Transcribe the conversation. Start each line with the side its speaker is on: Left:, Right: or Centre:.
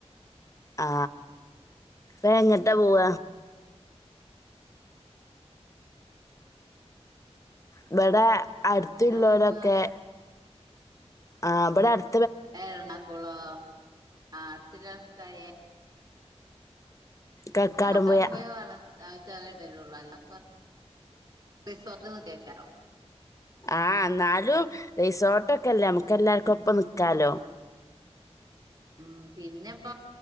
Left: ആ ഇപ്പ എങ്ങട്ടാ പോവ ഇവിടെ
Right: എങ്ങട്ടാ
Left: അടുത്തുള്ളവരൊക്കെ
Right: പോവാ
Left: ആഹ് ബടെ അടു
Right: എരണാകുളോ ആ അടുത്തി <unintelligible>
Left: കക്കാടുംപോയ
Right: അ കക്കാടും പോയ വള്ളം ചെറിയ ഇല്ലേള്ളു അല്ലോ റിസോർട്ട് നിന്ന് കേക്കാലൊ
Left: ആഹ് ന്നാലും റിസോട്ടൊക്കെല്ലേ നമുക്ക് എല്ലാർക്കും ഒപ്പ നിക്കാലോ
Right: ഉം പിന്നെപ്പ